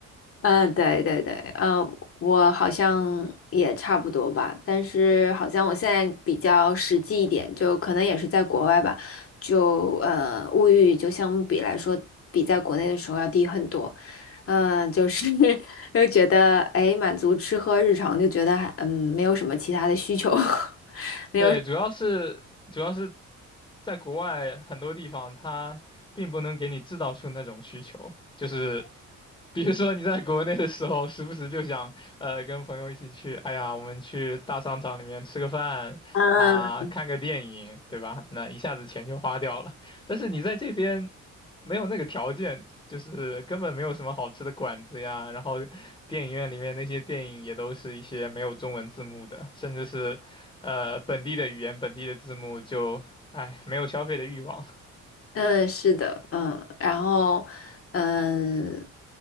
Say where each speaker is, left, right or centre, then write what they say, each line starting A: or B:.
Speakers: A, on the left; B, on the left.
A: 嗯、呃对对对，嗯，我好像也差不多吧，但是好像我现在比较实际一点，就可能也是在国外吧，就呃，物欲就相比来说，比在国内的时候要低很多，嗯、呃就是 <laughs> 又觉得哎，满足吃喝日常，就觉得还嗯，没有什么其他的需求，<laughs> 没有，
B: 对，主要是主要是在国外很多地方，它并不能给你制造出那种需求，就是比如说你在国内的时候，时不时就想，呃，跟朋友一起去，哎呀，我们去大商场里面吃个饭啊，
A: 嗯、
B: 看个电影，对吧？那一下子钱就花掉了。但是你在这边没有那个条件，就是根本没有什么好吃的馆子呀，然后电影院里面那些电影也都是一些没有中文字幕的，甚至是。呃本地的语言、本地的字幕就，哎，没有消费的欲望。<laughs>
A: 嗯，是的，嗯，然后，嗯，